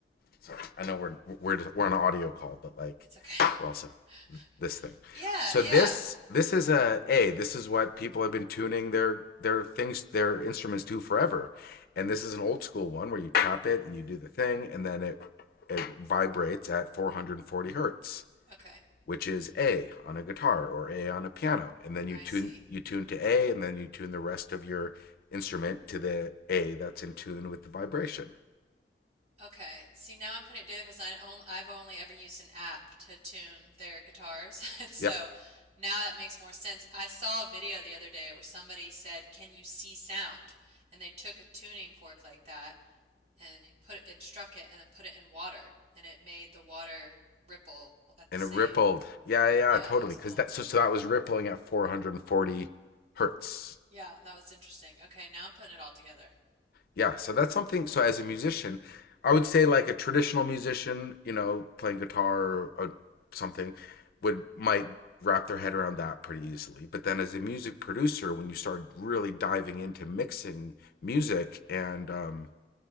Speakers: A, on the left; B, on the right.
A: Sorry, I know we're we're we're on an audio call, but like
B: It's okay.
A: we're also
B: <laughs>
A: this thing.
B: Yeah,
A: So
B: yeah.
A: this this is a a this is what people have been tuning their their things their instruments to forever, and this is an old school one where you tap it and you do the thing, and then it it vibrates at 440 hertz
B: Okay.
A: which is A on a guitar or A on a piano, and then you
B: I
A: tune
B: see.
A: you tune to A, and then you tune the rest of your instrument to the A that's in tune with the vibration.
B: Okay. See, now I'm putting it together because I only, I've only ever used an app to tune their guitars. <laughs> And so
A: Yep,
B: now that makes more sense. I saw a video the other day where somebody said, Can you see sound? And they took a tuning fork like that and put it and struck it and then put it in water and it made the water ripple at the
A: and
B: same.
A: it rippled. Yeah, yeah,
B: Yeah,
A: totally.
B: it was
A: Because
B: cool.
A: that so so that was rippling at 440 hertz.
B: Yeah, that was interesting. Okay, now I'm putting it all together.
A: yeah so that's something so as a musician i would say like a traditional musician you know playing guitar or, or something would might wrap their head around that pretty easily but then as a music producer when you start really diving into mixing music and um,